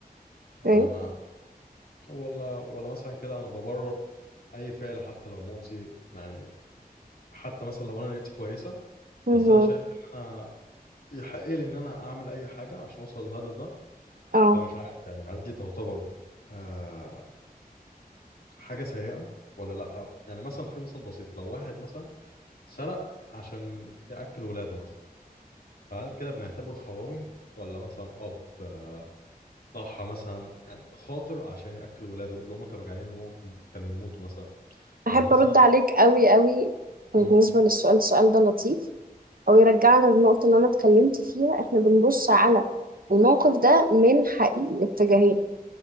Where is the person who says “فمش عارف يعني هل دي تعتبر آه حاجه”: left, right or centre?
Left